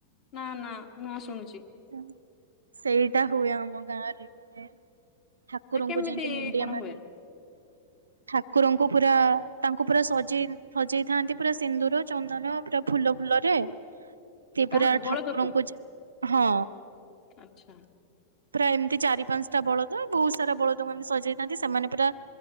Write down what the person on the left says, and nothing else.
ନା ନା ନୂଆ ଶୁଣୁଛି।
କେମିତି
କଣ
ହୁଏ
କାହାକୁ
ବଳଦକୁ
ଆଚ୍ଛା।